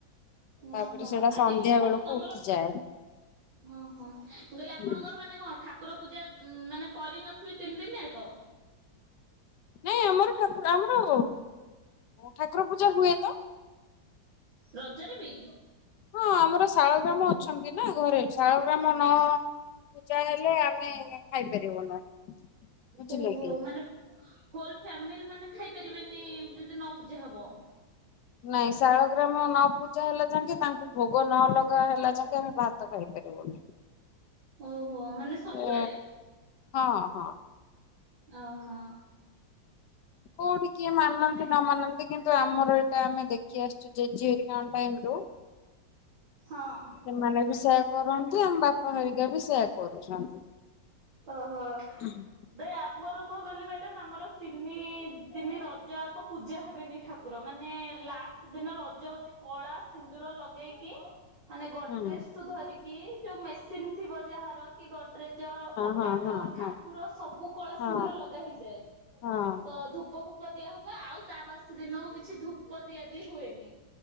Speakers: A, on the right; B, on the left.
A: ହଁ
B: ତାପରେ
A: ହଁ
B: ସେଇଟା
A: ଆଜିଠୁ
B: ସନ୍ଧ୍ୟା
A: ଠା
B: ବେଳକୁ
A: ତମର
B: ଉଠିଯାଏ
A: ହଁ-ହଁ, ମୁଁ କହିଲି ଆପଣଙ୍କର
B: ହୁଁ
A: ମାନେ କଣ? ଠାକୁର ପୂଜା ମାନେ କରି ନଥିବେ ତିନି ଦିନି ୟାକ।
B: ନାଇଁ ଆମର ଠାକୁର ଆମର ଠାକୁର ପୂଜା ହୁଏ ତ
A: ରଜରେ ବି
B: ହଁ ଆମର ଶାଳଗ୍ରାମ ଅଛନ୍ତି ନା ଘରେ ଶାଳଗ୍ରାମ ନ ପୂଜା ହେଲେ ଆମେ ଖାଇପାରିବୁନୁ। ବୁଝିଲେ
A: ଓହୋଃ,
B: କି
A: ମା ହୋଲ୍ ଫ୍ୟାମିଲି ମାନେ ଖାଇପାରିବେନି ଯଦି ନ ପୂଜା ହବ?
B: ନାଇଁ ଶାଳଗ୍ରାମ ନ ପୂଜା ହେଲା ଯାଙ୍କେ ତାଙ୍କୁ ଭୋଗ ନ ଲଗା ହେଲା ଯାଙ୍କେ ଆମେ ଭାତ୍ ଭାତ ଖାଇ ପାରିବୁନି।
A: ଓହୋଃ ମାନେ ସବୁବେଳେ
B: ଏ ହଁ-ହଁ
A: ଅଂ ହ।
B: କୋଠି କିଏ ମାନନ୍ତି
A: ମାନେ
B: ନ ମାନନ୍ତି କିନ୍ତୁ ଆମର ଏଇଟା ଆମେ ଦେଖି ଆସିଛୁ ଜେଜେଏରିକାଙ୍କ ଟାଇମ ରୁ।
A: ହଁ।
B: ସେମାନେ ବି ସେୟା କରନ୍ତି ଆମ ବାପା ହେରିକା ବି ସେୟା କରୁଛନ୍ତି।
A: ଓହୋ।
B: ହୁଁ
A: ବେ ଆମର କଣ ବେଲେ ମ୍ୟାଡମ୍ ଆମର ତିନି ଦିନ ରଜ ଆକ ପୂଜା ହେବେନି। ଠାକୁର ମାନେ ଲାଷ୍ଟ ଦିନ ରଜବତୀ କଳା ସିନ୍ଦୁର ଲଗେଇକି ମାନେ ଗଢ଼ରେଜ୍‌
B: ହଁ
A: ଠୁ ଧରିକି ଯୋଉ ମେସିନ୍‌ ଥିବ ଯାହାର କି ଗଡ୍ରେଜ, କବାଟ,
B: ହଁ ହଁ
A: ଠାକୁର
B: ହଁ
A: ସବୁ କଳା
B: ହଁ
A: ସିନ୍ଦୁର ଲଗା ହେଇଯାଏ।
B: ହଁ
A: ତ ଧୂପ, ଫୂ ଧୂପ ଦିଆ ହବ ଆଉ ତା ବାସି ଦିନକୁ କିଛି ଧୂପ ଦିଆ ଦି ହୁଏନି।